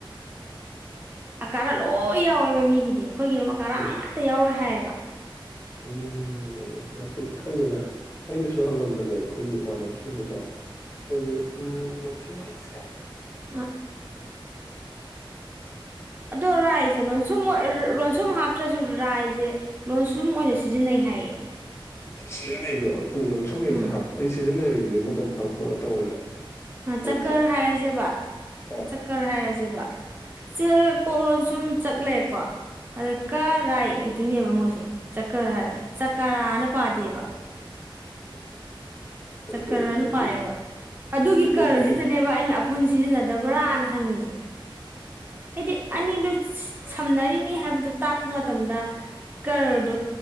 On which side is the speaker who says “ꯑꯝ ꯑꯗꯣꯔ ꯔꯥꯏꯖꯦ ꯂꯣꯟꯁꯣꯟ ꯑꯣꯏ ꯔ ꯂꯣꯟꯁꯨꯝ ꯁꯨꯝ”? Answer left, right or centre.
Right